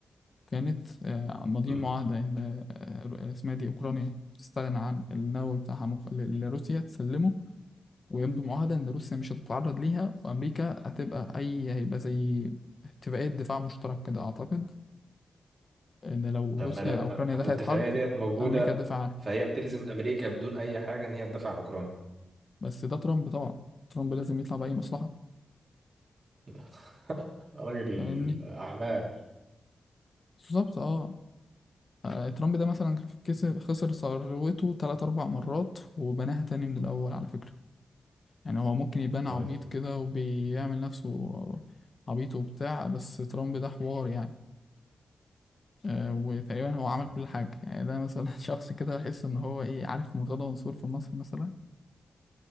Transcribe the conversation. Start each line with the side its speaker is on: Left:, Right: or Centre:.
Left: كانت آه، ماضيين
Right: مم.
Left: معاهده ان آه، اسمها دي اوكرانيا تستغنى عن النووي بتاعها مق- لروسيا تسلمه ويمضوا معاهدة إن روسيا مش هتتعرض ليها وأمريكا هتبقى أي هيبقى زي اتفاقية دفاع مشترك كده أعتقد إن لو
Right: طب
Left: روسيا
Right: ما لو
Left: آه، أوكرانيا
Right: الاتفاقية
Left: دخلت حرب
Right: ديت موجودة
Left: أمريكا تدافع عنها
Right: فهي بتلزم أمريكا بدون أي حاجة إن هي تدافع عن أوكرانيا
Left: بس ده ترامب طبعا ترامب لازم يطلع بأي مصلحة
Right: <laughs> راجل
Left: فاهمني
Right: أعمال
Left: بالظبط اه آه، ترامب ده مثلا كسب خسر ثروته تلات أربع مرات وبناها تاني من الأول على فكرة يعني هو ممكن يبان
Right: جامد
Left: عبيط كده وبيعمل نفسه عبيط وبتاع بس ترامب ده حوار يعني آه، وتقريبا هو عمل
Right: فعلاً.
Left: كل حاجة يعني ده مثلا <laughs> شخص كده بحس إن هو إيه عارف مرتضى منصور في مصر مثلا